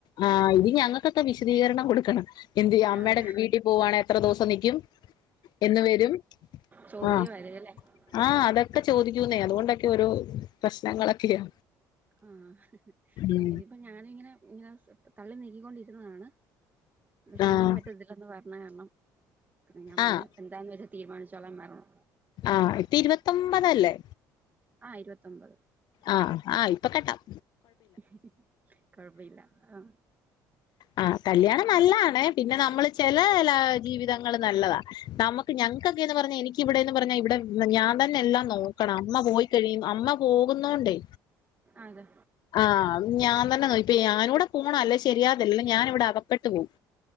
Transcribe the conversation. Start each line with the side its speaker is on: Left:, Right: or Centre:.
Left: ആ ഇത് ഞങ്ങത്തൊക്കെ വിശദീകരണം കൊടുക്കണം. എന്ത്
Right: ഞാനല്ല
Left: അമ്മേടെ വീട്ടിൽ പോവാണെ എത്ര ദിവസം നിക്കും. എന്ന് വരും.
Right: ചോദിക്കു
Left: ആഹ്
Right: <unintelligible>
Left: ആഹ് അതൊക്കെ ചോദിക്കുന്നേ അതുകൊണ്ടൊക്കെ ഒരു പ്രശ്നങ്ങളൊക്കെയാ
Right: ആഹ്
Left: ഉം
Right: ഇതിപ്പ ഞാന് ഇങ്ങനെ ഇങ്ങനെ തള്ളി നീക്കിക്കൊണ്ടിരുന്നതാണ്. പക്ഷെ
Left: ആഹ്
Right: ഇനിയും പറ്റത്തില്ലന്ന് പറഞ്ഞ അമ്മ നിക്കണത് ഞാൻ പറ
Left: ആഹ്
Right: എന്താന്ന് വെച്ചാ തീരുമാനിച്ചോളാൻ പറഞ്ഞു.
Left: ആഹ് ഇപ്പ ഇരുപത്തൊമ്പതല്ലേ
Right: ആഹ് ഇരുപത്തൊമ്പത്
Left: ആഹ് ആഹ് ഇപ്പൊ കെട്ടാം
Right: ഹും ഹും കൊഴപ്പഇല്ല ആ
Left: ആഹ് കല്യാണം നല്ലതാണെ പിന്നെ നമ്മള് ചെല ല ജീവിതങ്ങൾ നല്ലതാ നമുക്ക് ഞങ്ങക്കെന്ന് പറഞ്ഞ എനിക്ക് ഇവിടെന്ന് പറഞ്ഞ ഇവിടെ ഞാൻ തന്നെ എല്ലാം നോക്കണം അമ്മ പോയിക്കഴിയു അമ്മ പോകുന്നോണ്ടേ
Right: അതെ
Left: ആഹ് ഞാൻ തന്നെ നോയി ഇപ്പ ഞാനൂടെ പോണം അല്ലേ ശരിയാകല്ലേ ഞാന് ഇവിടെ അകപ്പെട്ട് പോവും